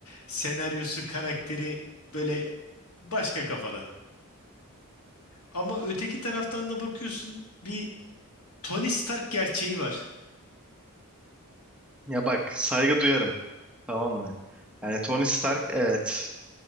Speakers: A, on the left (about 75°); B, in the centre.
A: senaryosu, karakteri böyle başka kafada. Ama öteki taraftan da bakıyorsun bir Tony Stark gerçeği var.
B: Ya bak saygı duyarım tamam mı? Yani Tony Stark evet.